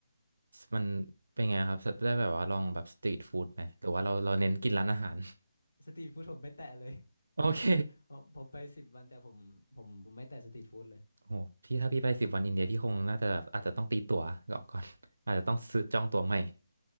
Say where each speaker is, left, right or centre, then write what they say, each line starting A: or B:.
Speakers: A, on the right; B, on the left.
A: มันเป็นไงครับได้แบบว่าลองแบบสตรีทฟู้ดไหมหรือว่าเราเราเน้นกินร้านอาหาร
B: <laughs> สตรีทฟู้ดผมไม่แตะเลย
A: <laughs> โอเค
B: ผมผมไปสิบวันแต่ผมผมผมไม่แตะสตรีทฟู้ดเลย
A: โหพี่ถ้าพี่ไปสิบวันอินเดียพี่คงน่าจะแบบอาจจะต้องตีตั๋วก่อนก่อน <laughs> อาจจะต้องซื้อจองตั๋วใหม่